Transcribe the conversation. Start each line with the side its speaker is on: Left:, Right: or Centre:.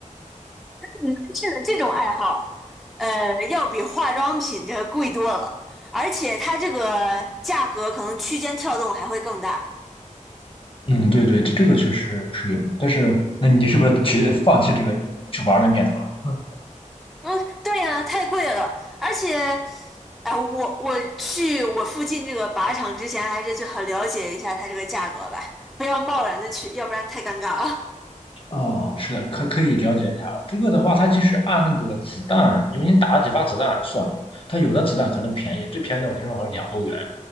Centre: 男士的这种爱好，呃，要比化妆品这个贵多了，而且它这个价格可能区间跳动还会更大。
Left: 嗯，对对，这个确实是有。的。但是，那你是不是去放弃这个去玩的念头了？
Centre: 嗯，对呀，太贵了，而且，哎、我我去我附近这个靶场之前，还是最好了解一下它这个价格吧，不要贸然的去，要不然太尴尬了。
Left: 啊，是的，可可以了解一下。这个的话，它其实按那个子弹，就是你打了几发子弹算了。它有的子弹可能便宜，最便宜的我听说好像两欧元，